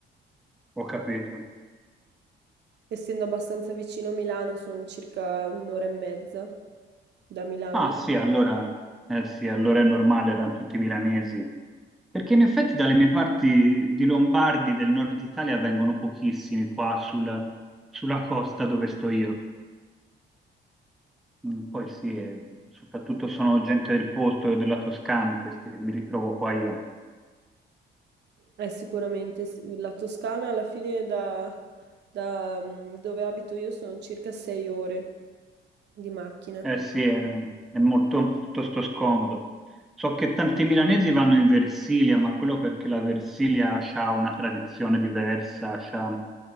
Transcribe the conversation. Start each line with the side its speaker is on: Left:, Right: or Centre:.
Centre: Ho capito.
Right: Essendo abbastanza vicino a Milano, sono circa un'ora e mezza da Milano.
Centre: Ah sì, allora, eh sì, allora è normale, erano tutti milanesi. Perché in effetti dalle mie parti di Lombardi del nord Italia vengono pochissimi qua sulla, sulla costa dove sto io. Mm, Poi sì, eh, soprattutto sono gente del posto, della Toscana, questi che mi ritrovo qua io.
Right: Eh, sicuramente sì. la Toscana alla fine da, da, mm, dove abito io sono circa sei ore di macchina.
Centre: Eh sì, è, è molto piuttosto scomodo. So che tanti milanesi vanno in Versilia, ma quello perché la Versilia ha una tradizione diversa, c'ha-